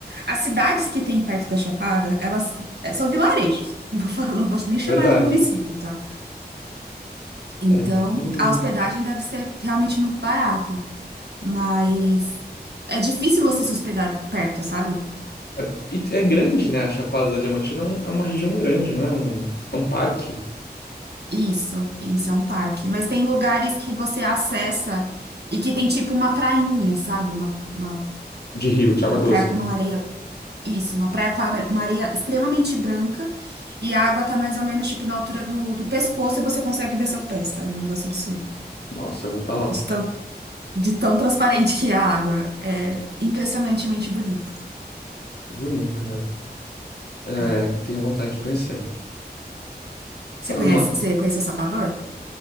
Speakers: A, on the right (about 75°); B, on the left (about 70°).
A: as cidades que tem perto da Chapada, elas é, são vilarejos. Não vou <laughs> falar, não vou nem chamar
B: Verdade.
A: de município, tá? Então,
B: É pequenininho.
A: a hospedagem deve ser realmente muito barata. Mas é difícil você se hospedar perto, sabe?
B: É, e é grande, né? A Chapada da Diamantina é, um- é uma região grande, não é? Um, é um parque
A: Isso, isso é um parque. Mas tem lugares que você acessa e que tem tipo uma prainha, sabe? Uma, uma,
B: de rio, de água
A: uma
B: doce.
A: praia com
B: né?
A: uma areia. Isso, uma praia com a- uma areia extremamente branca e a água tá mais ou menos tipo na altura do, do pescoço e você consegue ver seu pé, sabe? É um negócio absurdo.
B: Nossa, eu vou pra lá.
A: De tão, de tão transparente que é a água. É impressionantemente bonito.
B: É bonito, meu. É,
A: É.
B: tenho vontade de conhecer. Sabe
A: Você conhece,
B: uma...
A: você conhece o Salvador?